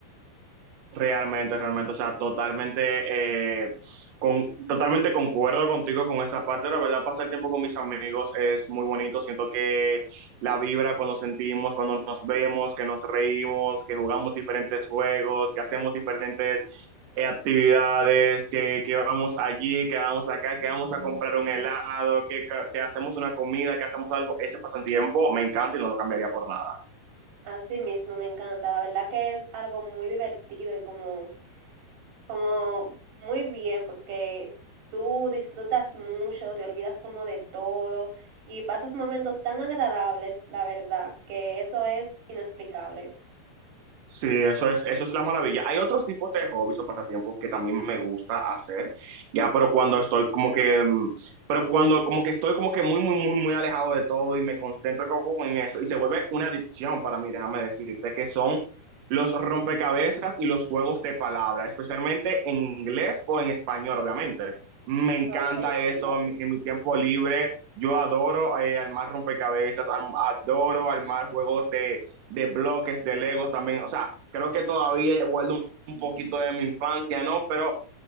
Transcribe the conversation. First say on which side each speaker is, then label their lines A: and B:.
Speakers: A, on the right; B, on the right.
A: Realmente, realmente, o sea, totalmente, eh, con, totalmente concuerdo contigo con esa parte. La verdad, pasar tiempo con mis amigos es muy bonito. Siento que la vibra cuando sentimos, cuando nos vemos, que nos reímos, que jugamos diferentes juegos, que hacemos diferentes eh, actividades, que, que vamos allí, que vamos acá, que vamos a comprar un helado, que, que hacemos una comida, que hacemos algo, ese pasatiempo me encanta y no lo cambiaría por nada.
B: Así mismo, me encanta. La verdad que es algo muy divertido y como como muy bien porque tú disfrutas mucho, te olvidas como de todo y pasas momentos tan agradables, la verdad, que eso es inexplicable.
A: Sí, eso es, eso es la maravilla. Hay otros tipos de hobbies o pasatiempos que también me gusta hacer, ya, pero cuando estoy como que, mm, pero cuando como que estoy como que muy, muy, muy, muy alejado de todo y me concentro como en eso y se vuelve una adicción para mí, déjame decirte, que son los rompecabezas y los juegos de palabras, especialmente en inglés o en español, obviamente. Me encanta
B: Oh, qué
A: eso
B: chulo.
A: en mi, en mi tiempo libre. Yo adoro eh, armar rompecabezas, am- adoro armar juegos de de bloques, de Legos también. O sea, creo que todavía guardo un poquito de mi infancia, ¿no? Pero